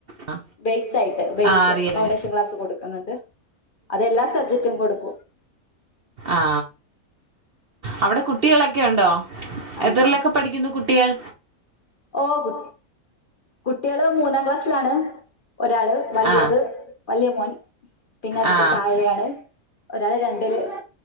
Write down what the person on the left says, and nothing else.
ബേസ് ആയിട്ട് ബേസ്
ഫൗണ്ടേഷൻ ക്ലാസ് കൊട്ക്ക്ന്ന്ണ്ട് അതെല്ലാ സബ്ജക്റ്റും കൊട്ക്കും
അങ്ങനെ
ഓ കു കുട്ട്യാള് മൂന്നാം ക്ലാസ്സിലാണ് ഒരാള് വല്ല്യേത്
വല്ല്യേ മോൻ ഉം പിന്നെ അതിന്റെ
താഴെയാണ് ഒരാള് രണ്ടില്